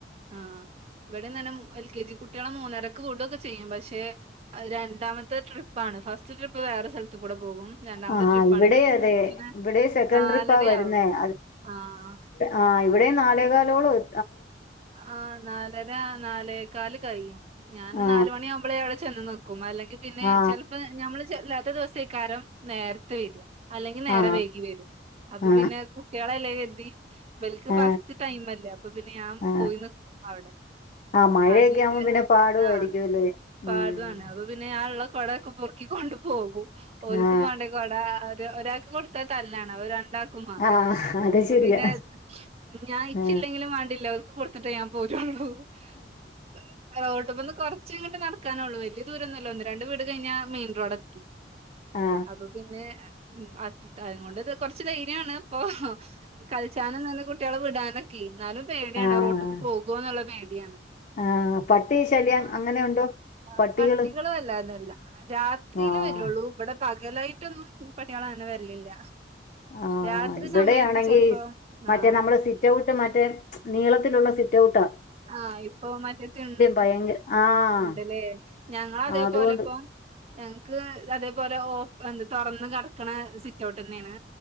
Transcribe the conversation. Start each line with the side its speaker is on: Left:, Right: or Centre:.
Right: ആ ഇവ്ടെതന്നെ എൽ കെ ജി കുട്ടികളെ മൂന്നരക്ക് വിടുംഒക്കെ ചെയ്യും പഷേ രണ്ടാമത്തെ ട്രിപ്പാണ് ഫസ്റ്റ് ട്രിപ്പ് വേറെ സ്ഥലത്തു കൂടെ പോകും രണ്ടാമത്തെ
Left: ആഹ്
Right: ട്രിപ്പാണ്
Left: ഇവിടെ
Right: ഇവിടുത്തെ
Left: അതെ
Right: അപ്പൊ പിന്നെ
Left: ഇവിടെ സെക്കൻഡ്
Right: നാലര
Left: ട്രിപ്പാ വരുന്നേ
Right: ആകും
Left: അ
Right: ആഹ്
Left: ആ ഇവിടേം നാലെകാലോളം എ
Right: ആ നാലര നാലേക്കാല് കയ്യും ഞാന്
Left: ആ
Right: നാലുമണിയാവുമ്പളെ അവ്ടെ ചെന്ന് നിക്കും അല്ലെ പിന്നെ
Left: ആ
Right: ചെലപ്പോ ഞമ്മള് ചെല്ലാ ത്ത് ദിവസയ്ക്കാരം നേരത്തെ വര് വ അല്ലെങ്കി നേരം
Left: ആ ആ
Right: വൈകി വരും അപ്പൊ
Left: ആ
Right: പിന്നെ കുട്ടികളല്ലെ കര് ദി ഇവൽലക്ക്
Left: ആ
Right: ഫസ്റ്റ് ടൈം അല്ലേ അപ്പൊ പിന്നെ ഞാമ്മ്
Left: ആ
Right: പോയി നി അവിടെ
Left: ആ മഴയൊക്കെ
Right: ആദ്യായിട്ട്
Left: ആവുമ്പോ പിന്നെ പാടുമായിരിക്കുംല്ലേ
Right: ആ
Left: ഉം
Right: പാടാണ് അപ്പൊ പിന്നെ ഞാഉള്ള കൊടയൊക്കെ പൊറക്കികൊണ്ടു പോകും ഓൽക്കും
Left: ആ
Right: മാണ്ടേ കൊട ഒരാ കൊടുത്ത തല്ലണ് അയ് രണ്ടാ രണ്ടാക്കും മാണം
Left: ആ അത്
Right: അപ്പൊ
Left: ശരിയാ
Right: പിന്നെ ഞാൻ ഇച്ചില്ലെങ്കിലും
Left: ആ
Right: വേണ്ടില്ല ഓല്‍ കൊടുത്തിട്ട് ഞൻ പോരോള്ളൂ <unintelligible> റോട്ടുമ്മന്ന് കുറച്ച് നടക്കാനുള്ളള്ള വല്ലേ ദൂരംന്നല്ലോ ഒന്ന് രണ്ട് വീട് കഴിഞ്ഞൽ മെയിൻ റോഡൊത്തി
Left: ആ
Right: അപ്പൊ പിന്നെ ഉ അത് അതുകൊണ്ട്ത് കൊറച്ച് ധൈര്യമാണ് ഇപ്പൊ കളിച്ചനും നല്ല കു കുട്ടികള വിടാനൊക്കെ എന്നാലും പേ ടി
Left: ആ
Right: റോട്ടക്ക്
Left: ആ
Right: പോകൊ എന്നുള്ള പേടിയാണ്
Left: ആഹ് പട്ടി ശല്യം
Right: അപ്പൊ
Left: അങ്ങനെയുണ്ടോ
Right: ആ
Left: പട്ടികള്
Right: പട്ടികളും വല്ലാതേല്ല രാത്രിയില്
Left: ആഹ്
Right: വരുള്ളൂ ഇവിടെ ഇ പകലായിട്ടൊന്നും പട്ടികള അങ്ങനെ വരിലില്ല
Left: ആഹ്
Right: രാത്രി
Left: ഇവിടെയാണെങ്കി
Right: സമയത്ത് ചെലപ്പോ
Left: മറ്റേ
Right: ആ
Left: നമ്മള് സിറ്റ് ഔട്ട് മറ്റേ നീളത്തിലുള്ള സിറ്റ്ഔട്ടാ
Right: ആ ഇപ്പൊ മറ്റത്തിണ്ട്
Left: ഭയങ്കര ആഹ്
Right: ഉണ്ടല്ലേ ഞങ്ങള അതേ
Left: അതുകൊണ്ട്
Right: പോലെ ഇപ്പോ ഞങ്ങക്ക് അതേപോലെ ഓ എ തുറന്ന് കടക്കണ സിറ്റ് ഔട്ട് തന്നെയാണ്